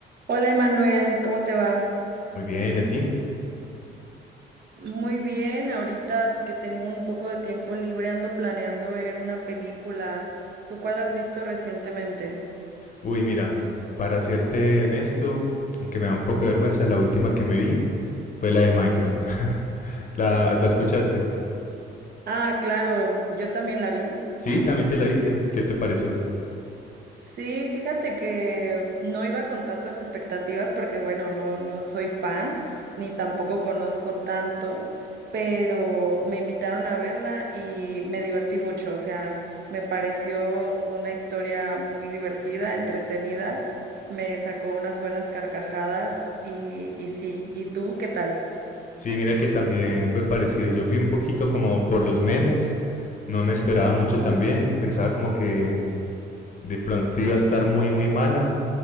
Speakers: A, on the right (about 55°); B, on the left (about 40°).
A: Hola Emanuel, ¿cómo te va?
B: Muy bien, ¿y a ti?
A: Muy bien, ahorita que tengo un poco de tiempo libre ando planeando ver una película. ¿Tú cuál has visto recientemente?
B: Uy, mira, para serte honesto, aunque me da un poco de vergüenza, la última que me vi fue la de Minecraft. <laughs> ¿La, la escuchaste?
A: Ah, claro, yo también la vi.
B: Sí, también te la viste. ¿Qué te pareció?
A: Sí, fíjate que no iba con tantas expectativas porque, bueno, no, no soy fan ni tampoco conozco tanto, pero me invitaron a verla y me divertí mucho. O sea, me pareció una historia muy divertida, entretenida, me sacó unas buenas carcajadas y, y sí. ¿Y tú qué tal?
B: Sí, mira que también fue parecido. Yo fui un poquito como por los memes, no me esperaba mucho también, pensaba como que de pronto iba a estar muy, muy mala,